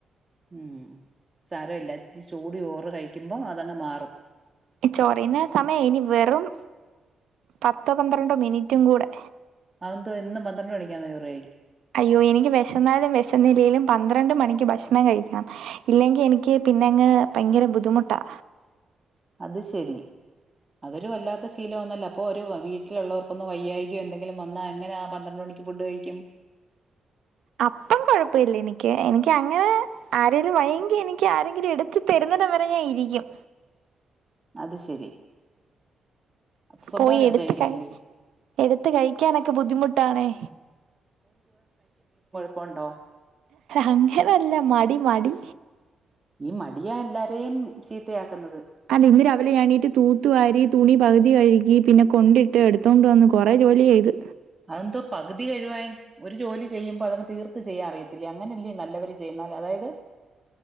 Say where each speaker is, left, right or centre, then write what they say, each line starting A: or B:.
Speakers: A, on the right (about 20°); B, on the right (about 85°).
A: ഉം സാരമില്ല ഇച്ചിരി ചൂട് ചോറു കഴിക്കുമ്പോ അതങ്ങ് മാറും
B: ഈ ചോറിന്ന
A: ചോ-
B: സമയം ഇനി വെറും പത്തോ പന്ത്രണ്ടോ മിനിറ്റും കൂടെ
A: അന്ത് ഇന്നും പന്ത്രണ്ട് മണിക്കാന്നോ ചോർ
B: അയ്യോ എനിക്ക് വിശെന്നാലും വിശന്നില്ലേലും പന്ത്രണ്ട് മണിക്ക് ഭക്ഷണം ഭഷണം കഴിക്കണംഇല്ലെങ്കിൽ എനിക്ക് പിന്നെങ്ങ് ഭയങ്കര ബുദ്ധിമുട്ടാ
A: അത് ശെരി അതൊരു വല്ലാത്ത ശീലം ആന്നല്ല അപ്പൊ ഒരു വീട്ടിലുള്ളവർക്കൊന്ന് വയ്യായികയോ എന്തെങ്കിലും വന്നാ എങ്ങനെ ആ പന്ത്രണ്ട് മണിക്ക് ഫുഡ് കഴിക്കും?
B: അപ്പം കൊഴപ്പമില്ല എനിക്ക് എനിക്ക് അങ്ങനെ ആരെങ്കിലും വൈയ്യങ്കി എനിക്ക് ആരെങ്കിലും എടുത്ത് തരുന്നിടം വരെ ഞാൻ ഇരിക്കും
A: അത് ശരി അത് സ്വന്തമായിട്ട്
B: പോയി എടുത്ത്
A: കഴിക്കത്തില്ലേ
B: ക എടുത്ത് കഴിക്കാനൊക്കെ ബുദ്ധിമുട്ടാണേ
A: ഇപ്പ ഉണ്ടോ?
B: അങ്ങനല്ല മടി മടി
A: ഈ മടിയാ എല്ലാരെയും ചീത്തയാക്കുന്നത്
B: ഇന്ന് രാവിലെ എണീട്ട് തൂത്തുവാരി തുണി പകുതി കഴുകി പിന്നെ കൊണ്ടിട്ട് എടുത്തോണ്ട് വന്ന് കൊറെേ ജോലി ചെയ്ത്
A: അതെന്തോ പകുതി കഴുവാൻ ഒരു ജോലി ചെയ്യുമ്പോ അതങ്ങ് തീർത്ത് ചെയ്യാൻ അറിയത്തില്ലേ അങ്ങനെല്ലേ നല്ലവര് ചെയ്യുന്ന അതായത്